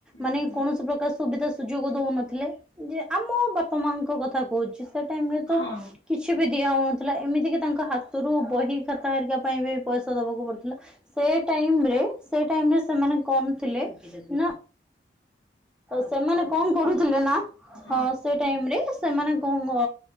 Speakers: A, in the centre; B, on the left.
A: ମାନେ
B: ହଁ
A: କୌଣସି ପ୍ରକାର ସୁବିଧା ସୁଯୋଗ ଦଉନଥିଲେ ଯେ ଆମ ବାପା ମାଙ୍କ କଥା କହୁଛି ସେ ଟାଇମରେ ତ
B: ହଁ
A: କିଛି ବି ଦିଆ ହଉନଥିଲା ଏମିତିକି ତାଙ୍କ ହାତରୁ ବହି ଖାତା ହେରିକା ପାଇଁ ବି ପଇସା ଦବାକୁ ପଡୁଥିଲା ସେ ଟାଇମ୍ ରେ ସେମାନେ କଣ ଥିଲେ ନା ସେମାନେ କଣ କରୁଥିଲେ ନା
B: ହଁ।
A: ସେ ଟାଇମରେ ସେମାନେ କଣ